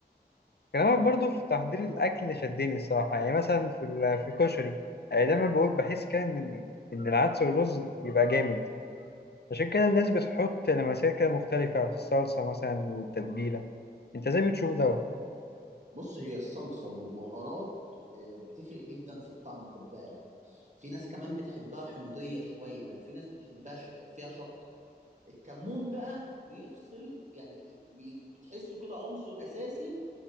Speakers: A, on the left; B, on the right.
A: كلامك برضو في تحضير الأكل شدني الصراحة يعني مثلا في ال- في الكشري يعني دايما بقول بحس كده إن ال- إن العدس والرز بيبقى جامد عشان كده الناس بتحط لمسات كده مختلفة في الصلصة مثلا والتتبيلة أنت إزاي بتشوف ده؟
B: بص هي الصلصة والبهارات آه، بتفرق جدا في الطعم خد بالك في ناس كمان بتحبها حمضية شوية وفي ناس بتحبها ش- فيها شطة الكمون بقى بيفصل يعني بي- بتحسه كده عنصر أساسي